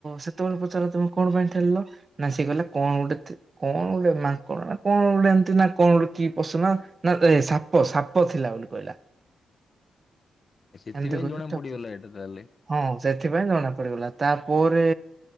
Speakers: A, on the right (about 35°); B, on the left (about 35°).
A: ସେତେବେଳେ ପଚାରିଲା ତମେ କଣ ପାଇଁ ଠେଲିଲ ନା ସିଏ କହିଲା କଣ ଗୋଟେ କଣ ଗୋଟେ ମାଙ୍କଡ ନା କଣ ଗୋଟେ ଏମିତି ନା କଣ ଗୋଟେ କି ପଶୁନା ନା ଏ ସାପ ସାପ ଥିଲା ବୋଲି କହିଲା।
B: ସେଥିପାଇଁ
A: ଏମିତି କହିକି
B: ଜଣେ ବୁଡିଗଲା ଏଇଟା ତାହେଲେ।
A: ହଁ ସେଥିପାଇଁ ଜଣା ପଡିଗଲା ତାପରେ